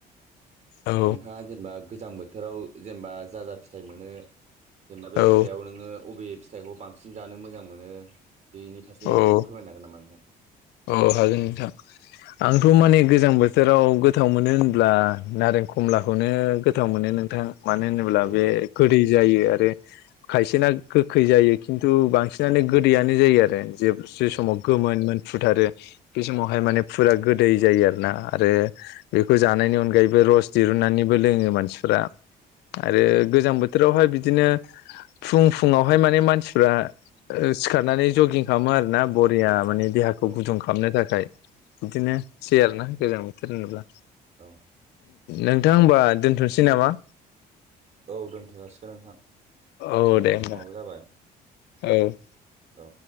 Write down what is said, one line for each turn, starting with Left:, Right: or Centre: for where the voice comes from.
Left: औ
Right: नोंथाङा जेनबा गोजां बोथोराव जेनबा जाजा फिथाइ मोनो जेनेबा बे
Left: औ
Right: फिथाइआव नोङो अबे फिथाइखौ बांसिन जानो मो बेनि फारसे
Left: औ
Right: एसे फोरमायनो हागोन नामा नोंथां?
Left: औ हायो नोंथां आंथ' माने गोजां बोथोराव गोथाव मोनो होनब्ला नारें खमलाखौनो गोथाव मोनो नोंथां। मानो होनोब्ला
Right: औ
Left: बे खोदै जायो आरो खायसेना गोखै जायो खिन्थु बांसिनानो गोदैयानो जायो आरो जे जे
Right: औ
Left: समाव गोमोनमोन फुथारो बे समावहाय माने फुरा गोदै जायो आरोना आरो बेखौ जानायनि अनगायैबो रस दिरुननानैबो लोङो मानसिफ्रा। आरो गोजां बोथोरावहाय बिदिनो फुं फुुंआवहाय माने मानसि फ्रा ओ सिखारनानै जगिं खालामो आरोना बरिया माने देहाखौ
Right: औ
Left: गुदुं खालामनो थाखाय। बिदिनोसै आरो ना गोजां बोथोर होनोब्ला।
Right: औ
Left: नोंथां होमबा दोनथ'नोसै नामा?
Right: औ दोनथ'जासिगोन नोंथां जोंना
Left: औ दे होमबा
Right: समाबो जाबाय।
Left: औ
Right: औ